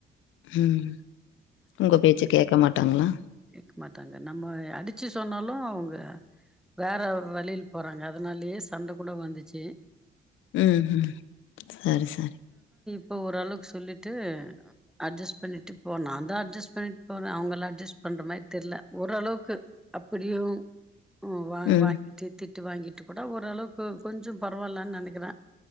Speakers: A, on the left (about 80°); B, in the centre.
A: ம் உங்க பேச்சு கே்க மாட்டாங்ளா
B: கேக்க மாட்டாங்க நம்ம அடிச்சு சொன்னாலும் அவுங்க வேற வழில போறாங்க அதுனாலேயே சண்டை கூட வந்துச்சு
A: ம் ம் சரி சரி
B: இப்ப ஓரளவு சொல்லிட்டு அட்ஜெஸ் பண்ணிட்டு போ நாந்தா அட்ஜெஸ் பண்ணிட்டு போறேன் அவுங்க அட்ஜெஸ் பண்ற மாரி தெரில ஓரளவுக்கு அப்புடியும் உ வா
A: ம்
B: வாங்கிட்டு திட் டு வாங்கிட்டு கூட ஓரளவுக்கு கொஞ்ச பரவால்லன் நெனைக்கிறேன்